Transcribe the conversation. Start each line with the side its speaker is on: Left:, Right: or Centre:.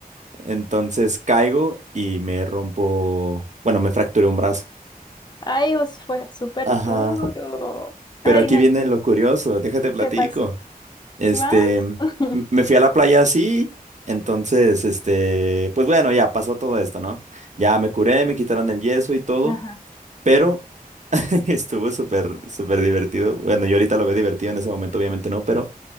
Right: entonces caigo y me rompo, bueno, me fracturé un brazo.
Left: Ay, os fue súper
Right: Ajá,
Left: duro.
Right: pero
Left: Ay,
Right: aquí
Left: no,
Right: viene lo curioso, déjate platico.
Left: ¿qué pasó?
Right: Este,
Left: ¿Más?
Right: m-
Left: <laughs>
Right: me fui a la playa así, entonces, este, pues bueno, ya pasó todo esto, ¿no? Ya me curé, me quitaron el yeso y todo,
Left: Ajá.
Right: pero <laughs> estuvo súper, súper divertido. Bueno, yo ahorita lo veo divertido en ese momento, obviamente no, pero